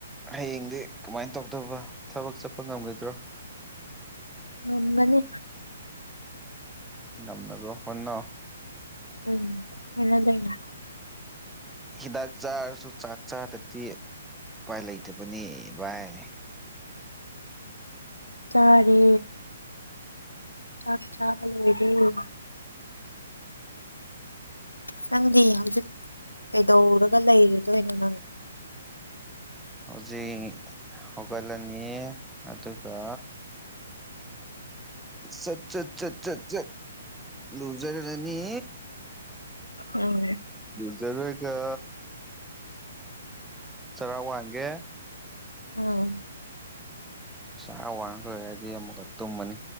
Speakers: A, in the centre; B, on the left.
A: ꯍꯌꯦꯡꯗꯤ ꯀꯃꯥꯏꯅ ꯇꯧꯗꯕ ꯊꯕꯛ ꯆꯠꯄ ꯉꯝꯒꯗ꯭ꯔꯣ
B: ꯉꯪꯒꯅꯤ
A: ꯉꯝꯅꯕ ꯍꯅ
B: ꯎꯝ ꯍꯂꯗꯅ
A: ꯍꯤꯗꯥꯛ ꯆꯥꯔꯁꯨ ꯆꯥꯛ ꯆꯥ ꯇꯔꯊꯤ ꯎꯄꯥꯏ ꯂꯩꯇꯕꯅꯤ ꯚꯥꯏ
B: ꯆꯔꯦ ꯆꯥꯛ ꯆꯕꯜ ꯑꯣꯏꯔ ꯅꯪꯗꯤ ꯍꯧꯖꯤꯛ ꯀꯩꯗꯧꯔꯒ ꯂꯩꯔꯗꯣꯏꯅꯣ ꯅꯪ
A: ꯍꯧꯖꯤꯛ ꯍꯧꯒꯠꯂꯅꯤ ꯑꯗꯨꯒ ꯁꯠ ꯁꯠ ꯁꯠ ꯆꯠ ꯆꯠ ꯂꯨꯖꯔꯔꯅꯤ
B: ꯎꯝ
A: ꯖꯔ ꯀ ꯆꯔꯥ ꯋꯥꯒꯦ
B: ꯑꯣ
A: ꯆ ꯋꯥꯡꯈ꯭ꯔꯣꯏ ꯍꯥꯏꯗꯤ ꯑꯃꯨꯛꯀ ꯇꯨꯝꯕꯅꯤ